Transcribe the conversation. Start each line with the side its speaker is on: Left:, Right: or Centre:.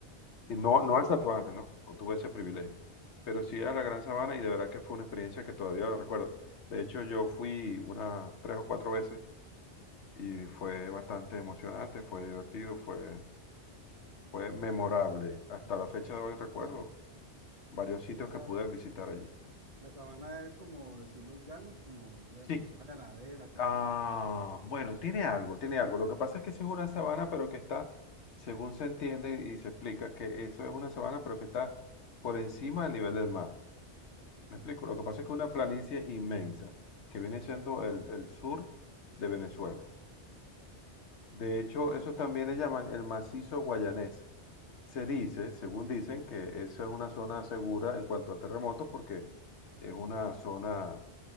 Left: y no, no al Salto Ángel, ¿no? No tuve ese privilegio. Pero sí a la Gran Sabana y de verdad que fue una experiencia que todavía lo recuerdo. De hecho, yo fui unas tres o cuatro veces y fue bastante emocionante, fue divertido, fue, fue memorable. Hasta la fecha de hoy recuerdo varios sitios
Right: Y esta,
Left: que pude visitar allí.
Right: la sabana es como decir los llanos, como, ya,
Left: Sí.
Right: como zona ganadera, todo
Left: Ah,
Right: eso.
Left: bueno, tiene algo, tiene algo. Lo que pasa es que
Right: Ujú.
Left: sí es una sabana, pero que está, según se entiende y se explica, que eso es una sabana, pero que está por encima del nivel del mar.
Right: Sí.
Left: ¿Me explico? Lo que pasa es que es una planicie inmensa, que viene siendo el, el sur de Venezuela. De hecho, eso también le llaman el macizo guayanés. Se
Right: Ah,
Left: dice, según dicen, que esa es una zona segura en cuanto a terremotos, porque es una zona,